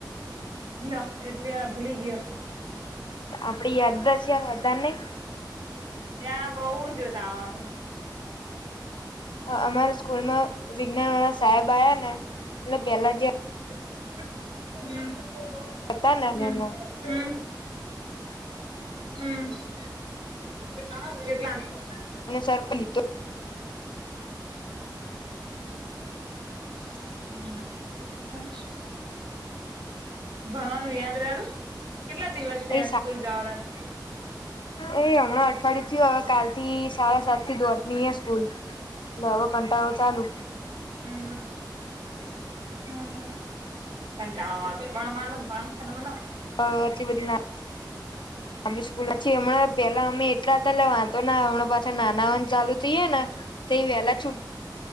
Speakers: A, on the right (about 80°); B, on the left (about 85°).
A: લ એટલી આ ભૂલી ગયો.
B: આપડી યાદદાસ યાર વધાર નહી.
A: ત્યા બઉ જોદાર
B: અમારા સ્કૂલમાં વિજ્ઞાન વાળા સાહેબ આવ્યા ને એટલે પેલા જે
A: હમ હમ
B: હતા ને એમને
A: હમ હમ કેટલા?
B: અને સર્પ લીટે
A: <inaudible> હ હ હ ભણવાનું યાદ રારું કેટલા દિવસ ત્યાં
B: એ
A: સ્કૂલ જવાના
B: એ હમણાં અઠવાડિયું થિયું કાલથી સાડા સાત થી દોડની ની સ્કૂલ લે અવે કંટાળો ચાલુ.
A: હમ હ હ કંટાવા ભણવાનું <unintelligible>
B: આટલી બધી લા સ્કૂલછી હમણાં પેલા અમે એટલા પેલા પેલા હમણાં પાછો નાના વન ચાલુ થયું ને તો વહેલા છુ